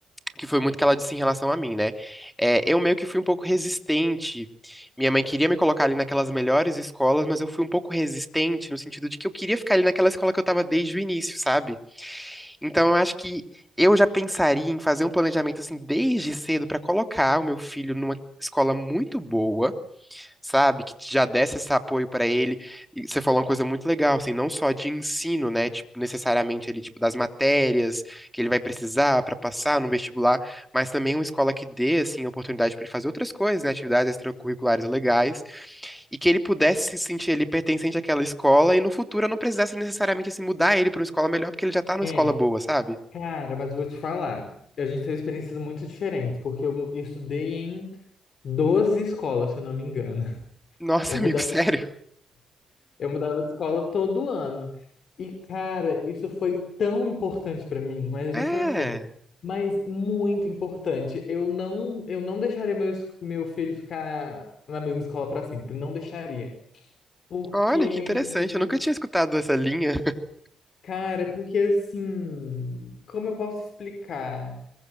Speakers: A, in the centre; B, on the left (about 65°).
A: que foi muito que ela disse em relação a mim, né? É, eu meio que fui um pouco resistente. Minha mãe queria me colocar ali naquelas melhores escolas, mas eu fui um pouco resistente no sentido de que eu queria ficar ali naquela escola que eu tava desde o início, sabe? Então, eu acho que eu já pensaria em fazer um planejamento assim desde cedo pra colocar o meu filho numa escola muito boa, sabe? Que já desse esse apoio pra ele. E você falou uma coisa muito legal, assim, não só de ensino, né? Tipo, necessariamente ele, tipo, das matérias que ele vai precisar pra passar no vestibular, mas também uma escola que dê, assim, oportunidade pra ele fazer outras coisas, né? Atividades extracurriculares legais, e que ele pudesse se sentir ali pertencente àquela escola e no futuro eu não precisasse necessariamente, assim, mudar ele pra uma escola melhor, porque ele já tá numa
B: É,
A: escola boa, sabe?
B: cara, mas vou te falar. A gente teve experiências muito diferentes, porque eu estudei em 12 escolas, se eu não me engano.
A: Nossa,
B: Eu mudava
A: <laughs> amigo, sério?
B: Eu mudava de escola todo ano. E, cara, isso foi tão importante pra mim, mas eu
A: É.
B: digo pra você, mas muito importante. Eu não, eu não deixaria meu, es- meu filho ficar na mesma escola pra sempre, não deixaria. Porque,
A: Olha, que interessante. Eu nunca tinha escutado essa linha. <laughs>
B: cara, porque assim, como eu posso explicar?